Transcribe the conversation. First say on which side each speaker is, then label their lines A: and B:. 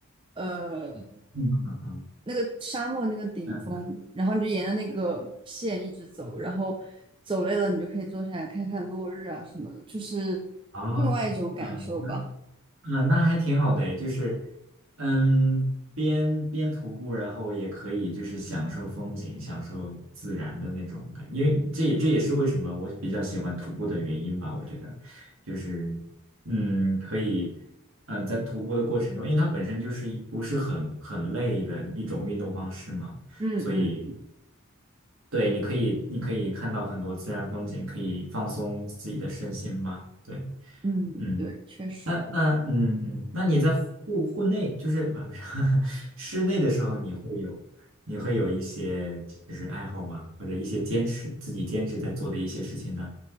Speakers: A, on the right; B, on the right.
A: 呃
B: 嗯嗯嗯，
A: 那个沙漠那个顶峰，
B: 嗯
A: 然后你就沿着那个线一直走，然后走累了你就可以坐下来看看落日啊什么的，就是另外一种感受吧。
B: 啊，嗯，嗯，那还挺好的诶，就是，嗯，边边徒步，然后也可以就是享受风景，享受自然的那种感，因为这也这也是为什么我比较喜欢徒步的原因吧。我觉得，就是，嗯，可以，呃，在徒步的过程中，因为它本身就是一不是很很累的一种运动方式嘛，
A: 嗯嗯嗯。
B: 所以对，你可以你可以看到很多自然风景，可以放松自己的身心吧。对，
A: 嗯，
B: 嗯。
A: 对，确实，
B: 那那嗯嗯，那你在户户内就是啊不是 <laughs> 室内的时候，你会有你会有一些就是爱好吗？或者一些坚持自己坚持在做的一些事情呢？